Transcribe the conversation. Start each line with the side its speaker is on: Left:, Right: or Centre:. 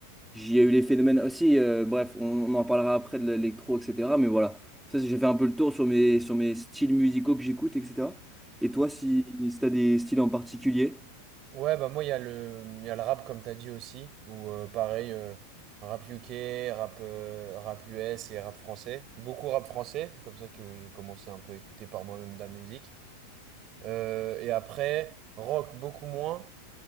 Centre: J'y ai eu les phénomènes aussi. euh, bref, on, on en parlera après de l'électro, etc. Mais voilà, ça, c'est- j'ai fait un peu le tour sur mes, sur mes styles musicaux que j'écoute, etc. Et toi, si, si tu as des styles en particulier,
Right: Ouais, bah moi, il y a le, il y a le rap, comme t'as dit aussi, ou euh, pareil, euh, rap UK, rap, euh, rap US et rap français. Beaucoup rap français, c'est comme ça que j'ai commencé un peu à écouter par moi-même de la musique. Euh, et après, rock, beaucoup moins.